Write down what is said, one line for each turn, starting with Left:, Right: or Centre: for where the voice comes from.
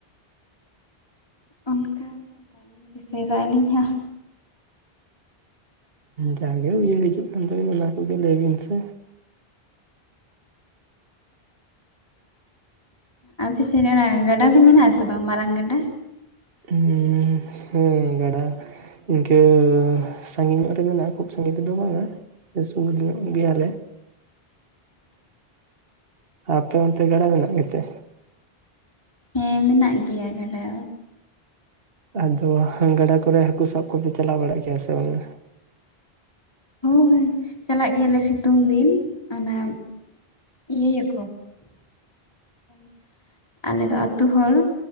Left: ᱚᱱᱠᱟ ᱵᱟᱹᱞᱤᱧ ᱫᱤᱥᱟᱹᱭ ᱫᱟ ᱟᱹᱞᱤᱧ ᱦᱚᱸ
Right: ᱡᱟᱜᱮ ᱩᱭᱦᱟᱹᱨ ᱦᱤᱡᱩᱜ ᱠᱟᱱ ᱛᱟᱵᱱᱟ ᱚᱱᱟ ᱠᱚᱜᱮ ᱞᱟᱹᱭ ᱵᱤᱱ ᱥᱮ
Left: ᱟᱯᱮ ᱥᱮᱫ ᱨᱮ ᱚᱱᱟ ᱜᱟᱰᱟ ᱫᱚ ᱢᱮᱱᱟᱜ ᱟᱥᱮ ᱵᱟᱝ ᱢᱟᱨᱟᱝ ᱜᱟᱰᱟ
Right: ᱩᱸ ᱦᱩᱸ ᱜᱟᱰᱟ ᱤᱱᱠᱟᱹ ᱥᱟᱺᱜᱤᱧ ᱧᱚᱜ ᱨᱮ ᱢᱮᱱᱟᱜᱼᱟ ᱠᱷᱩᱵ ᱥᱟᱺᱜᱤᱧ ᱨᱮᱫᱚ ᱵᱟᱝᱼᱟ ᱥᱩᱨ ᱧᱚᱜ ᱜᱮᱭᱟ ᱞᱮ ᱟᱯᱮ ᱚᱱᱛᱮ ᱜᱟᱰᱟ ᱢᱮᱱᱟᱜ ᱜᱮᱛᱮ
Left: ᱦᱮᱸ ᱢᱮᱱᱟᱜ ᱜᱮᱭᱟ ᱜᱟᱰᱟ
Right: ᱟᱫᱚ ᱜᱟᱰᱟ ᱠᱚᱨᱮ ᱦᱟᱹᱠᱩ ᱥᱟᱵ ᱠᱚᱯᱮ ᱪᱟᱞᱟᱣ ᱵᱟᱲᱟᱜ ᱜᱮᱭᱟ ᱥᱮ ᱵᱟᱝᱼᱟ
Left: ᱦᱳᱭ ᱪᱟᱞᱟᱜ ᱜᱮᱭᱟ ᱞᱮ ᱥᱤᱛᱩᱝ ᱫᱤᱱ ᱚᱱᱟ ᱤᱭᱟᱹ <unintelligible> <unintelligible> ᱟᱞᱮᱫᱚ ᱟᱛᱩ ᱦᱚᱲ